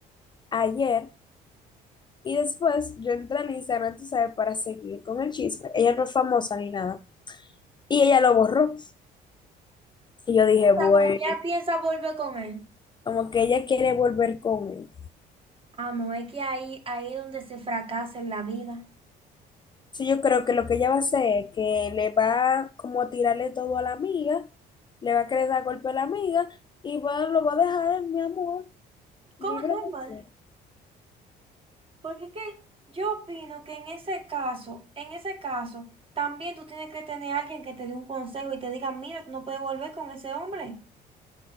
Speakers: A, on the left; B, on the right.
A: ayer y después yo entré al Instagram, tú sabes, para seguir con el chisme. Ella no es famosa ni nada. Y ella lo borró. Y yo dije,
B: O sea,
A: bueno,
B: como que ella piensa volver con él.
A: como que ella quiere volver con él.
B: Ah, no, es que ahí, ahí es donde se fracasa en la vida.
A: Sí, yo creo que lo que ella va a hacer es que le va como a tirarle todo a la amiga, le va a querer dar golpe a la amiga y va, lo va a dejar, mi amor.
B: ¿Cómo?
A: ¿Libre
B: Normal.
A: de qué?
B: Porque es que yo opino que en ese caso, en ese caso, también tú tienes que tener a alguien que te dé un consejo y te diga, mira, tú no puedes volver con ese hombre.